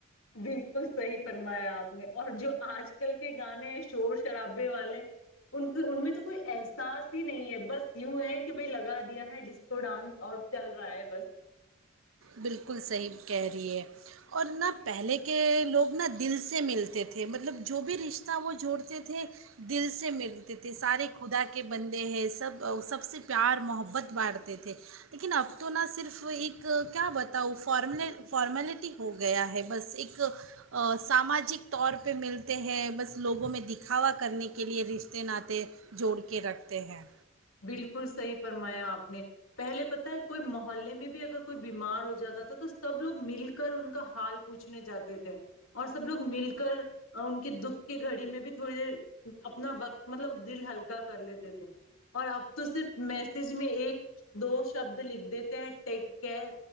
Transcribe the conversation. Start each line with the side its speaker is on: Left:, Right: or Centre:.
Left: بالکل صحیح فرمایا آپ نے اور جو آج کل کے گانے شورور شراب والے ان میں تو کوئی احساس ہی نہیں ہے بس یوں ہیں کہ لگا دیا ہے ڈسکو ڈانس اور چل رہا ہے بس
Right: بالکل صحیح کہہ رہی ہے اور نہ پہلے کے لوگ نہ دل سے ملتے تھے مطلب جو بھی رشتہ وہ جوڑتے تھے دل سے ملتے تھے سارے خدا کے بندے ہیں سب سب سے پیار محبت بانٹتے تھے لیکن اب تو نہ صرف ایک کیا بتاؤ فارمل فارمیلٹی ہو گیا ہے بس ایک ساماجک طور پہ ملتے ہیں بس لوگوں میں دکھاوا کرنے کے لیے رشتے ناطے جوڑ کے رکھتے ہیں
Left: بالکل صحیح فرمایا آپ نے پہلے پتہ ہے کوئی محلے میں بھی اگر کوئی بیمار ہو جاتا تھا تو سب لوگ مل کر ان کا حال پوچھنے جاتے تھے اور سب لوگ مل کر ان کے دکھ کے گھڑی میں بھی تھوڑی دیر اپنا وقت مطلب دل ہلکا کر لیتے تھے اور اب تو صرف میسج میں ایک دو شبد لکھ دیتے ہیں ٹیک کیئر